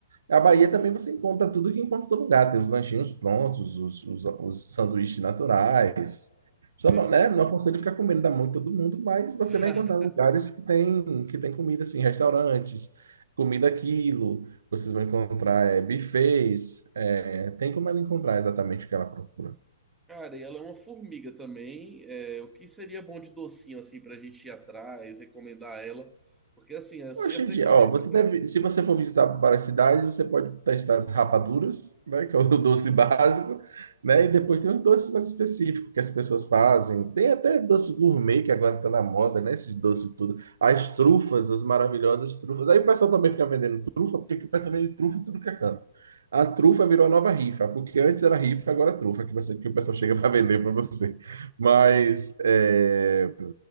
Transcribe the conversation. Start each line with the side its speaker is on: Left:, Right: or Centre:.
Right: A
Centre: perfe-
Right: Bahia também você encontra tudo que encontra em todo lugar. Tem os lanchinhos prontos, os, os, os sanduíches naturais. Só
Centre: perfe-
Right: não, né? Não aconselho ficar comendo da mão de todo mundo, mas você
Centre: <laughs>
Right: vai encontrar lugares que tem, que tem comida assim, restaurantes, comida aquilo. Vocês vão encontrar é, buffets. é, tem como ela encontrar exatamente o que ela procura.
Centre: Cara, e ela é uma formiga também. é, o que seria bom de docinho assim pra gente ir atrás, recomendar a ela? Porque assim, eu já
Right: Hoje
Centre: sei
Right: em dia,
Centre: que ela
Right: ó,
Centre: vai me
Right: você
Centre: procurar.
Right: deve, se você for visitar várias cidades, você pode testar as rapaduras, né, que é o <laughs> doce básico, né, e depois tem os doces mais específicos que as pessoas fazem. Tem até doce gourmet que agora tá na moda, né, esses doces tudo. As trufas, as maravilhosas trufas. Aí o pessoal também fica vendendo trufa, porque aqui o pessoal vende trufa em tudo que é canto. A trufa virou a nova rifa, porque antes era rifa, agora é trufa que você, que o pessoal chega para <laughs> vender para você. Mas é,